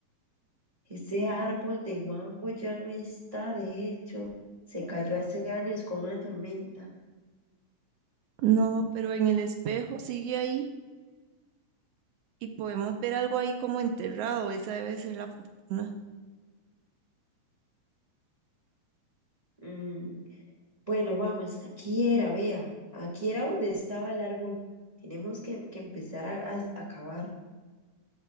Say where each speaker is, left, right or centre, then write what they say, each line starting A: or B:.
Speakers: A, on the right (about 25°); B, on the right (about 75°).
A: Ese árbol de mango ya no está, de hecho, se cayó hace años con una tormenta.
B: No, pero en el espejo sigue ahí y podemos ver algo ahí como enterrado. Esa debe ser la fortuna.
A: Mm, Bueno, vamos, aquí era, vea, aquí era donde estaba el árbol. Tenemos que, que empezar a, a- a cavar.